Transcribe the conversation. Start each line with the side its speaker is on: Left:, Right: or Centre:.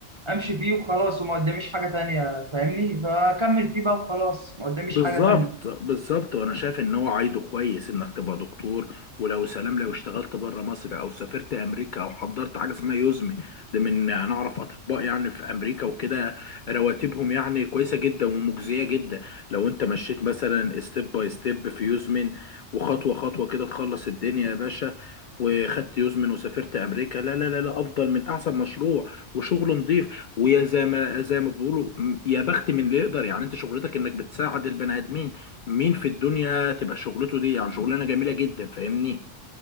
Right: امشي فيه وخلاص وما قداميش حاجه تانية فاهمني فاكمل فيه بقى وخلاص ما قداميش
Left: بالظبط
Right: حاجه تانية
Left: بالظبط وانا شايف ان هو عايده كويس انك تبقى دكتور ولو سلام لو اشتغلت بره مصر او سافرت امريكا او حضرت حاجه اسمها يوزمي ده من انا اعرف اطباء يعني في امريكا وكده رواتبهم يعني كويسه جدا ومجزيه جدا لو انت مشيت مثلا ستيب باي ستيب في يوزمن وخطوه خطوه كده تخلص الدنيا يا باشا وخدت يوزمن وسافرت امريكا لا لا لا لا افضل من احسن مشروع وشغل نظيف ويا زي ما زي ما بيقولوا م- يا بخت من اللي يقدر يعني انت شغلتك انك بتساعد البني ادمين مين في الدنيا تبقى شغلته دي يعني شغلانه جميله جدا فاهمني